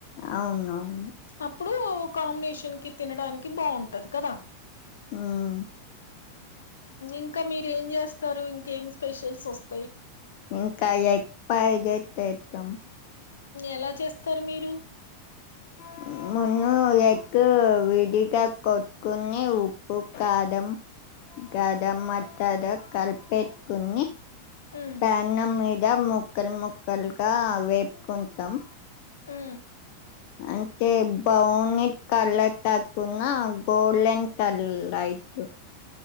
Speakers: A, on the left; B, on the left.
A: అవున అవును
B: అప్పుడు కాంబినేషన్ కి తినడానికి బాగుంటది కదా
A: మ్మ్
B: ఇంకా మీర ఏం చేస్త గరు ఇంకేం స్పెషల్స్ వస్తాయి
A: ఇంకా ఎగ్ పైడెస్ చేచం
B: ఎలా చేస్తారు మీరు
A: ఆ ముందు ఎక్కు విడిగా కొట్టుకుని ఉప్పు కాడం గదం మటడ కల్పేకుని
B: మ్
A: పెనం మీద ముక్కలు ముక్కలుగా వేపుకుంటాం
B: మ్
A: అంటే బౌనీ కలర్ కక్కున్నా గోల్డెన్ కలర్ అయి ఇటు